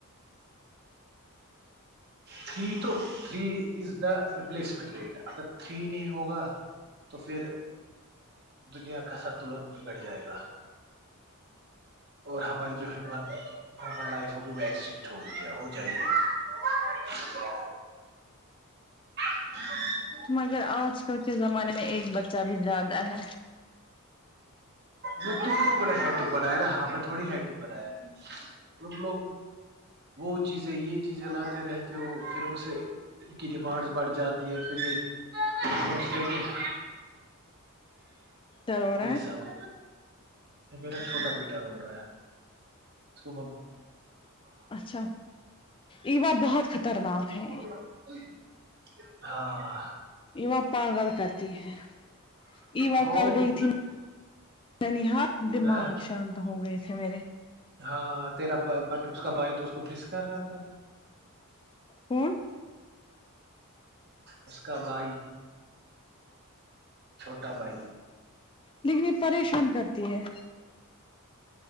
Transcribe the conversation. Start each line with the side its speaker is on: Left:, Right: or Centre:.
Right: تھری تو three is the replacement rate اگر تھری نہیں ہوگا تو پھر دنیا کا سنتلن بگڑ جائے گا اور ہماری جو ہیومن ہیومن لائف ہوگی وہ ایکسٹ ہوگی ہو جائے گی ہ ہ
Left: مگر آج کل کے زمانے میں ایک بچہ بھی زیادہ ہے
Right: وہ تم لوگوں نےٹک بنایا رہا ہم نے تھوڑی ہیٹک بنایا ہے ت لوگ <inaudible> وہ چیزیں یہ چیزیں لاتے رہتے ہو پھر اسے ان کی ڈیمانڈس بڑھ جاتی ہے پھر یہ سہچتے ہیں کہ <inaudible>
Left: ت اور رہا
Right: یہ
Left: <inaudible>
Right: سب میرا چھوٹا بیٹا رو رہا ہے اس کو
Left: اچھا ایوا بہت خطرناک ہے
Right: <inaudible> ہاں <inaudible>
Left: ایواں پاگل کرتی ہے ای واں
Right: ہو
Left: کل گئی تھی ننیہار دماغ
Right: ہاں
Left: شانت ہو گئے تھے میرے
Right: ہاں تیرا بٹ اس کا بائی تو اس کو مس کر رہا تھا <unintelligible>
Left: ہوں
Right: اس کا بھائی چھوٹا بھائی
Left: لیکن یہ پریشان کرتی ہے